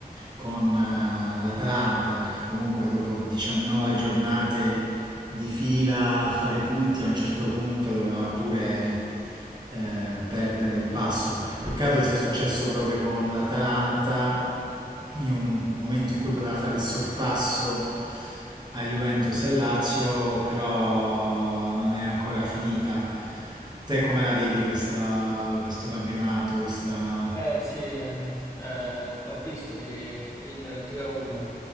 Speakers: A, on the right; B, on the left.
A: con eh, l'Atalanta, perché comunque dopo 19 giornate di fila a fare i punti, a un certo punto doveva pure eh, perdere il passo. Peccato che sia successo proprio con l'Atalanta, in un momento in cui poteva fare il sorpasso a Juventus e Lazio, però non è ancora finita. Te come la vedi questa- questo campionato, questa...
B: Eh sì, ehm, eh, ho visto che il 2-1